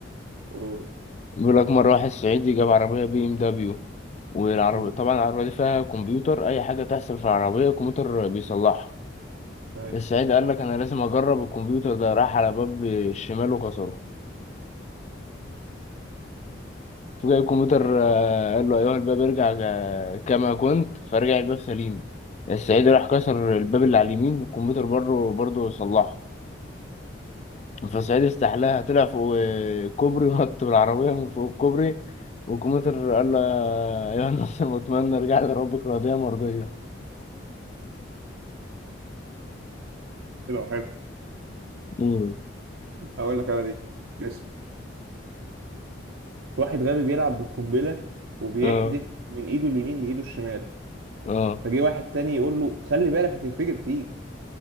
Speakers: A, on the right (about 80°); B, on the left (about 35°).
A: قول
B: بيقول لك مرة واحد صعيدي جاب عربية بي ام دبليو والعربية
A: امم
B: طبعا العربية دي فيها كمبيوتر أي حاجة تحصل في العربية الكمبيوتر بيصلحها
A: ايوه
B: الصعيدي قال لك أنا لازم أجرب الكمبيوتر ده راح على باب الشمال وكسره فجأة الكمبيوتر آه، قال له أيها الباب ارجع آه، كما كنت فرجع الباب سليم الصعيدي راح كسر الباب اللي على اليمين والكمبيوتر بره برضه صلحه فصعيدي استحلاها طلع فوق كوبري ونط بالعربية من فوق الكوبري والكمبيوتر قال له يا ناصر واتمنى ارجع لربك راضية مرضية
A: حلو حلو
B: مم.
A: هقول لك انا دي اسم واحد غبي بيلعب بالقنبله وبيحدف
B: اه
A: من ايده اليمين لايده الشمال
B: اه
A: فجه واحد تاني يقول له خلي بالك هتنفجر فيك